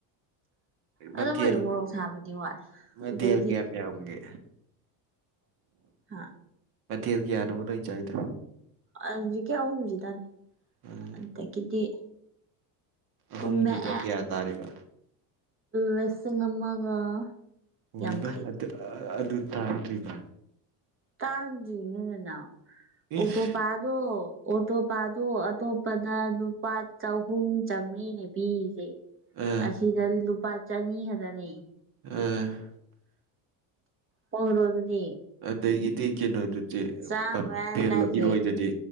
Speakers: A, on the right (about 25°); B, on the right (about 50°).
A: ꯑꯗꯨ
B: ꯃꯊꯦꯜ
A: ꯃꯣꯏꯗꯣ ꯃꯣꯔꯣꯛ ꯁꯥꯕꯗꯤ ꯋꯥꯠꯂꯦ
B: ꯃꯊꯦꯜ
A: ꯑꯗꯩꯗꯤ
B: ꯀꯌꯥꯝ ꯌꯥꯝꯒꯦ
A: ꯍꯥ
B: ꯃꯊꯦꯜ ꯀꯌꯥꯅꯣꯕ ꯅꯣꯏ ꯆꯥꯏꯗꯣ
A: ꯑꯖꯤꯛꯀꯤ ꯑꯍꯨꯝꯖꯤꯗꯅꯤ
B: ꯎꯝ
A: ꯑꯗꯒꯤꯗꯤ
B: ꯑꯍꯨꯝꯗꯨꯗ
A: ꯀꯨꯝꯃꯛꯑꯦ
B: ꯀꯌꯥ ꯇꯥꯔꯤꯕ
A: ꯂꯤꯁꯤꯡ ꯑꯃꯒ
B: ꯑꯣꯢꯃꯥ
A: ꯌꯥꯡꯈꯩ
B: ꯑꯗ ꯑ ꯑ ꯑꯗꯨ ꯇꯥꯡꯗ꯭ꯔꯤꯕ
A: ꯇꯥꯥꯡꯗ꯭ꯔꯤꯅꯤ ꯅꯅꯥꯎ ꯑꯣꯇꯣꯄꯥꯗꯣ
B: ꯏꯁ
A: ꯑꯣꯇꯣꯄꯥꯗꯨ ꯑꯇꯣꯞꯄꯅ ꯂꯨꯄꯥ ꯆꯍꯨꯝ ꯆꯥꯝꯃ꯭ꯔꯤꯅꯦ ꯄꯤꯔꯤꯖꯦ
B: ꯑ
A: ꯑꯁꯤꯗ ꯂꯨꯄꯥ ꯆꯅꯤ ꯈꯛꯇꯅꯦ
B: ꯑ
A: ꯍꯣꯜꯗ꯭ꯔꯣ ꯑꯗꯨꯗꯤ
B: ꯑꯗꯒꯤꯗꯤ ꯀꯩꯅꯣꯗꯨꯗꯤ
A: ꯆꯥꯝꯃ
B: ꯄꯞꯄꯦ
A: ꯃꯌꯥꯅꯤ ꯇꯥꯏꯁꯦ
B: ꯏꯔꯣꯏꯗꯨꯗꯤ